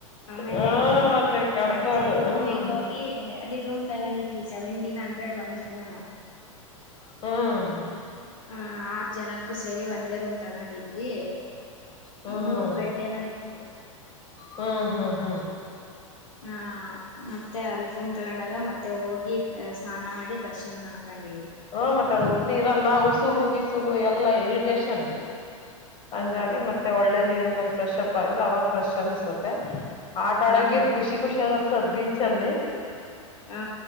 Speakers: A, on the left (about 70°); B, on the left (about 30°).
A: ಆಮೇಲೆ
B: ಹ ಮತ್ತೆ ಕಡ್ತದ
A: ಮತ್ತೆ ರೂಮ್ಗ
B: ಹ್ಮ್
A: ಹೋಗಿ ಅಲ್ಲಿ ರೂಮ್ ತಗೊಂಡಿದ್ವಿ ಸೆವೆಂಟೀನ್ ಹಂಡ್ರೆಡ್ ಒಂದ್ ರೂಮ್
B: ಹ್ಮ
A: ಹ ಆರು ಜನಕ್ಕೂ ಸೇರಿ ಒಂದೇ ರೂಮ್ ತಗೊಂಡಿದ್ವಿ
B: ಹ್ಮ್
A: ಮೂರ್ ಬೆಡ್ ಏನೋ ತ <inaudible>
B: ಹ್ಮ್ ಹ್ಮ್ ಹ್ಮ್
A: ಹ ಮತ್ತೆ ಅಲ್ಲಿ ರೂಮ್ ತಗೊಂಡಾಗ ಮತ್ತೆ ಹೋಗಿ ಸ್ನಾನ ಮಾಡಿ ರಶ್ ಮಾಡ್ಕೊಂಡಿವ
B: ಹ ಮತ್ತೆ ಅದು ಉಪ್ಪು ನೀೀರಲ್ಲ ಉಸುಗು ಬಿಸುಗು ಎಲ್ಲಾ ಇರಿಟೇಷನ್ ಹಂಗಾಗಿ
A: ಹ್ಮ್
B: ಮತ್ತೆ ಒಳ್ಳೆ ನೀರಿಂದ ಒಂದ ಫ್ರೆಶ್ ಅಪ್ ಆಗ್ರೆ ಅವಾಗ ಫ್ರೆಶ್ ಅನಸುತ್ತೆ ಆಟ ಆಡಕ
A: ಹ್ಮ್
B: ಖುಷಿ ಖುಷಿ ಅನಿಸ್ತದ ಬೀಚಲ್ಲಿ
A: ಹಾ